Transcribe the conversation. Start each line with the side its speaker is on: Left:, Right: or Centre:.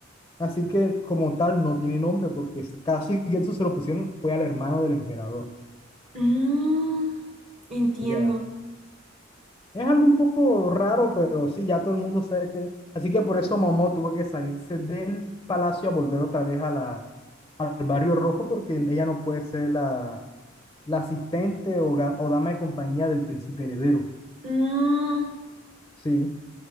Left: Así que como tal no tiene nombre porque ese caso y eso se lo pusieron fue al hermano del emperador.
Right: Mm, entiendo.
Left: Ya. Es algo un poco raro, pero sí, ya todo el mundo sabe que... Así que por eso Momo tuvo que salirse del palacio a volver otra vez a la, al barrio rojo porque ella no puede ser la, la asistente o, ga- o dama de compañía del príncipe heredero.
Right: Mm,
Left: Sí.